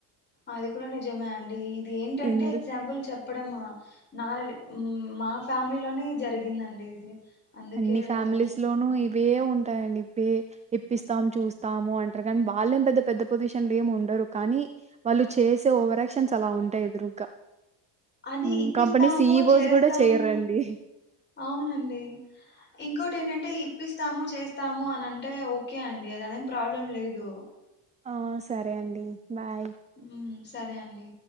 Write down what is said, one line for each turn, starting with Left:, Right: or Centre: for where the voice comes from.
Left: అది కూడా నిజమే అండీ ఇది ఏంటంటే
Right: ఎందుకు
Left: ఎగ్జామ్ పుల్ చెప్పడం ఆ అ మ్ మా ఫ్యామిలీ లోనే జరిగిందండి ఇది అందుకే
Right: అన్ని ఫ్యామిలీస్
Left: అలా చెప్తున్నా
Right: లోనూ ఇవే ఉన్ ఉంటాయండి పే ఇప్పిస్తాం చూస్తాం అంటారు కానీ, వాళ్ళేం పెద్ద పెద్ద పోజిషన్ ఏమి ఉండరు కానీ, వాళ్ళు చేసే ఓవరాయాక్షన్స్ అలా ఉంటాయి. ఎదురుగా
Left: అది
Right: మ్
Left: ఇప్పిస్తాము
Right: కంపెనీ సిఈవోస్
Left: చేస్తాము
Right: కూడా చేయరండి
Left: అవునండి ఇంకోటి ఏంటంటే ఇప్ ఇప్పిస్తాము చేస్తాము అని అంటే ఓకే అండి. అదేం ప్రాబ్లం లేదు.
Right: ఆ సరే అండి బాయ్
Left: ఉమ్, సరే అండి